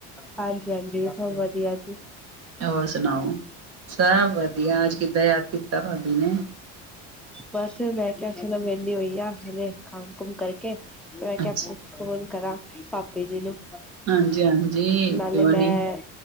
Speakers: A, in the centre; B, on the right (about 50°).
A: ਹਾਂਜੀ-ਹਾਂਜੀ ਸਭ ਵਧੀਆ ਜੀ।
B: ਹੋਰ ਸੁਣਾਓ ਸਭ ਵਧੀਆ ਅੱਜ ਕਿੱਦਾਂ ਯਾਦ ਕੀਤਾ ਭਾਬੀ ਨੇ।
A: ਬਸ ਮੈਂ ਕਿਆ ਚਲੋ ਵੇਲੀ ਹੋਈ ਆ ਹਲੇੇ ਕੰਮ ਕੁੁਮ ਕਰਕੇ ਮੈਂ ਕਿਆ
B: ਅੱਛਾ
A: ਫ ਫੋਨ ਕਰਾਂ। ਭਾਬੀ ਜੀ ਨੂੰ
B: ਹਾਂਜੀ ਹਾਂਜੀ
A: ਨਾਲੇ
B: ਕਿਉਂ
A: ਮੈਂ
B: ਨੀ